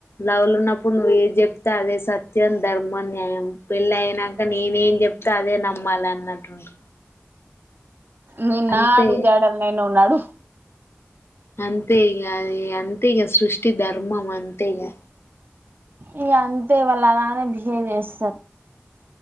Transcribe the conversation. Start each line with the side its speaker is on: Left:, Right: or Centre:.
Left: లవ్ ల ఉన్నప్పుడు నువ్ ఏది చెప్తా అదే సత్యం ధర్మం న్యాయం పెళ్ళి అయినాక నేనే ఏం చెప్తా అదే నమ్మాలి అన్నట్టుంటుంది
Right: ని నా
Left: అంతే
Right: అడుగు జాడల్ నువ్ నడువు
Left: అంతే ఇగ అది అంతేగా సృష్టి ధర్మం అంతేగా
Right: ఇగ అంతే వాళ్ళు అలానే బిహేవ్ చేస్తారు